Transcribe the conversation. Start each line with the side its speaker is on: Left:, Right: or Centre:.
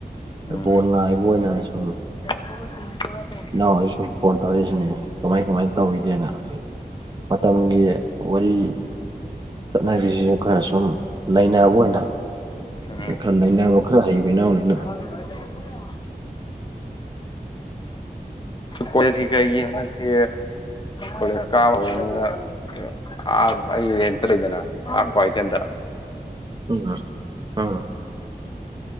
Right: ꯗ
Left: ꯎꯝ
Right: ꯕꯣꯜ ꯉꯥꯏꯕ ꯑꯣꯏꯅ ꯁꯨꯝ
Left: <unintelligible>
Right: ꯏꯅꯥꯎ ꯑꯩ ꯁꯨꯝ ꯐꯣꯟ ꯇꯧꯔꯛꯏꯁꯤꯅꯦ ꯀꯃꯥꯏ ꯀꯃꯥꯏ ꯇꯧꯔꯤꯒꯦꯅ ꯃꯇꯝꯒꯤ ꯋꯥꯔꯤ ꯆꯠꯅꯕꯤꯁꯤꯁꯨ ꯈꯔ ꯁꯨꯝ ꯅꯩꯅꯕ ꯑꯣꯏꯅ
Left: ꯎꯝ
Right: ꯈꯔ ꯅꯩꯅꯕ ꯈꯔ ꯍꯩꯕ ꯏꯅꯥꯎꯅꯤꯅ
Left: <unintelligible> <inaudible> ꯀꯣꯂꯦꯖꯀꯤ ꯀꯔꯤꯒꯤ ꯍꯟꯗꯛꯇꯤ ꯀꯣꯂꯦꯖ ꯀꯥꯕ ꯍꯧꯔꯕꯅꯤꯅ ꯑꯥ <unintelligible> ꯑꯩ ꯔ‌ꯦꯟꯇ ꯂꯩꯗꯅ ꯑꯥ ꯀ꯭ꯋꯥꯀꯩꯊ‌ꯦꯜꯗ
Right: ꯎꯝ ꯎꯝ